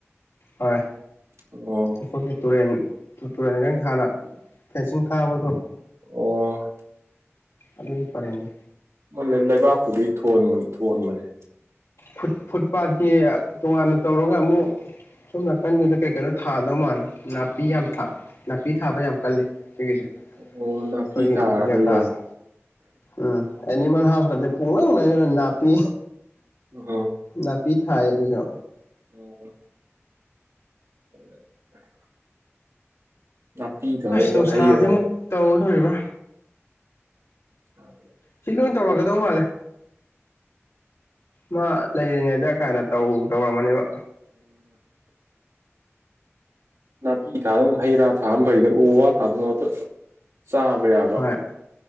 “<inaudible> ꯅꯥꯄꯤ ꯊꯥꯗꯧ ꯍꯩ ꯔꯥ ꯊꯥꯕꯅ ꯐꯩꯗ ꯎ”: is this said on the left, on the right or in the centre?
Right